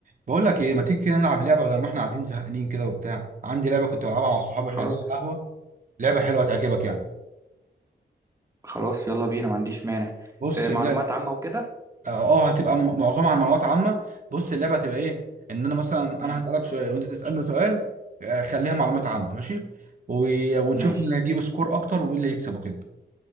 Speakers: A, on the right; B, on the right.
A: بقول لك ايه ما تيجي كده نلعب لعبه بدل ما احنا قاعدين زهقانين كده وبتاع عندي لعبه كنت بلعبها مع صحابي واحنا
B: خلاص
A: قاعدين على القهوه لعبه حلوه هتعجبك يعني
B: خلاص يلا بينا ما عنديش مانع
A: بص
B: آه، معلومات
A: اللعبه
B: عامة وكده
A: اه آه، هتبقى م- معظمها عن معلومات عامه بص اللعبه هتبقى ايه ان انا مثلا
B: مم.
A: انا هسالك سؤال وانت تسالني سؤال آه، خليها معلومات عامه ماشي و... ونشوف
B: ماشي
A: مين اللي هيجيب سكور اكتر ومين اللي هيكسب وكده